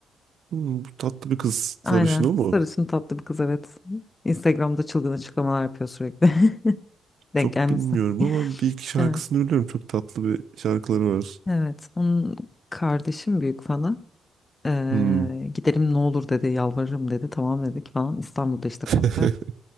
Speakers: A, on the right (about 65°); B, on the left (about 20°).
A: Hmm, bu tatlı bir kız
B: Aynen.
A: sarışın o mu?
B: Sarışın tatlı bir kız evet. Instagram'da çılgın açıklamalar yapıyor sürekli. <laughs> Denk
A: Çok
B: gelmişsin.
A: bilmiyorum ama bir iki şarkısını
B: Evet.
A: biliyorum. Çok tatlı bir şarkıları var.
B: Evet. Onun kardeşim büyük fanı. Ee,
A: Hmm.
B: gidelim ne olur dedi. Yalvarırım dedi. Tamam dedik falan. İstanbul'da işte
A: <laughs>
B: konser.